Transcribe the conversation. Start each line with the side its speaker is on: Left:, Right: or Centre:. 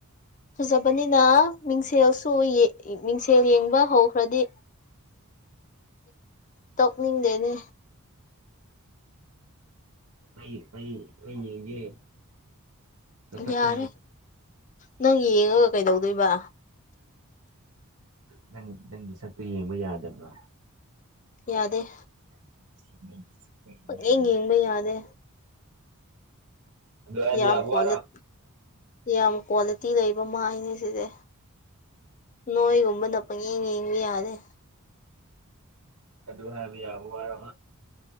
Left: ꯐꯖꯕꯅꯤꯅ ꯃꯤꯡꯁꯦꯜꯁꯨ ꯃꯤꯡꯁꯦꯜ ꯌꯦꯡꯕ ꯍꯧꯈ꯭ꯔꯗꯤ ꯇꯣꯛꯅꯤꯡꯗꯦꯅꯦ
Right: ꯑꯩ ꯑꯩ ꯑꯩꯦ ꯄꯁ
Left: ꯌꯥꯔꯦ
Right: ꯇ
Left: ꯅꯪ ꯌꯦꯡꯉꯒ ꯀꯩꯗꯧꯗꯣꯏꯕ
Right: ꯅꯪ ꯅꯪꯒꯤ ꯁꯛꯇꯨ ꯌꯦꯡꯕ ꯌꯥꯗꯕ꯭ꯔꯥ
Left: ꯌꯥꯗꯦ
Right: <inaudible>
Left: ꯌꯦꯡ
Right: ꯌꯥꯗꯕ꯭ꯔꯣ
Left: ꯌꯦꯡꯕ ꯌꯥꯗꯦ
Right: ꯑꯗꯨ ꯍꯥꯏꯕ
Left: ꯌꯥꯝ
Right: ꯌꯥꯕ
Left: ꯌꯥꯝ ꯀ꯭ꯋꯥ
Right: ꯋꯥꯔꯣ
Left: ꯌꯥꯝ ꯌꯥꯝ ꯀ꯭ꯋꯥꯂꯤꯇꯤ ꯂꯩ ꯃꯥꯏꯅꯦ ꯁꯤꯁꯦ ꯅꯣꯏꯒꯨꯝꯕꯅ ꯄꯪꯌꯦꯡ ꯌꯦꯡꯕ ꯌꯥꯅꯤꯦ
Right: ꯑꯗꯨꯗꯨ ꯍꯥꯏꯥꯏꯕꯤ ꯌꯥꯕꯉ